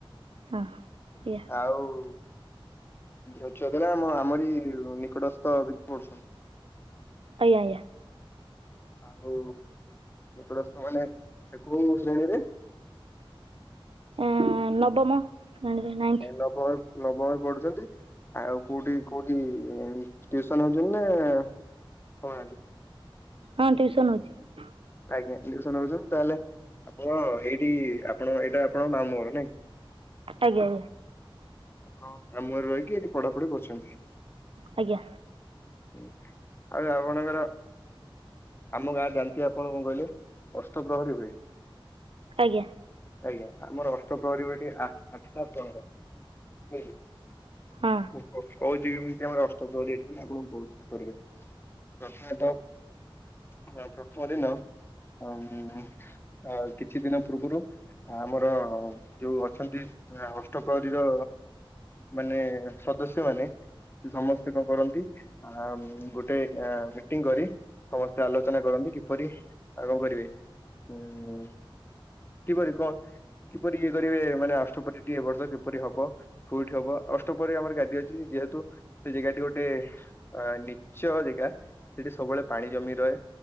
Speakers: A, on the right; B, on the left.
A: ହଁ ଆଜ୍ଞା
B: ଆଉ- ଛଲେ। ନା, ମୁଁ ଆମ ଆମରି ନିକଟସ୍ଥ ବିଧି ପଡୁଛନ୍ତି।
A: ଅୟା ୟା
B: ଆଉ ଏପଡ ସମାନେ କଉ ଶ୍ରେଣୀରେ
A: ଏଁ ନବମ ନାଇଣ୍ଟି
B: ନବମରେ ନବମରେ ପଢୁଛନ୍ତି ଆଉ କୋଉଠି କୋଉଠି ଟ୍ୱିସନ୍ ହଉଛନ୍ତି ନା ହଁ ଆ
A: ହଁ ଟ୍ୟୁସନ ହଉଛି
B: <unintelligible> ତାହେଲେ ଆପଣ ଏଇଠି ଆପଣ ଏଇଟା ଆପଣ ମାମୁଁ ଘର ନାଇଁ
A: ଆଜ୍ଞା ଆଜ୍ଞା।
B: ଆପଣ ମାମୁଁଘରେ ରହିକି ଏଠି ପଢାପଢି କରୁ
A: ଆଜ୍ଞା
B: ଆଉ ଆପଣଙ୍କର ଆମ ଗାଁ ଜାଣିଥିବେ ଆପଣ କଣ କହିଲେ ଅଷ୍ଟ ପ୍ର୍ରହରୀ ହୁଏ।
A: ଆଜ୍ଞା।
B: ଆଜ୍ଞା ଆମର ଅଷ୍ଟ ପ୍ରହରୀ ଏଠି ଆଠଟା ପ୍ରହର ହୁଏ। ଆ
A: ହଁ
B: <unintelligible> <unintelligible> ହଁ ପ୍ରଥମ ଦିନ। ଅମ କିଛି ଦିନ ପୂର୍ବରୁ ଆମର ଯୋଉ ଅଛନ୍ତି। ନା ଅଷ୍ଟପ୍ରହରୀର ମାନେ ସଦସ୍ୟ ମାନେ ସମସ୍ତେ କଣ କରନ୍ତି ଆ ଗୋଟେ ମିଟିଂ କରି ସମସ୍ତେ ଆଲୋଚନା କରନ୍ତି କିପରି ଆଉ କଣ କରିବେ ହୁଁ। <unintelligible> କିପରି ଇଏ କରିବେ ମାନେ ଅଷ୍ଟପଟିଟି ଏ ବର୍ଷ କିପରି ହବ କୋଉଠି ହବ ଅଷ୍ଟପ୍ରହରୀ ଆମର ଗାଦି ଅଛି। ଯେହେତୁ ସେ ଜାଗାଟି ଗୋଟେ ଅ ନିଚ ଜାଗା ସେଠି ସବୁବେଳେ ପାଣି ଜମି ରହେ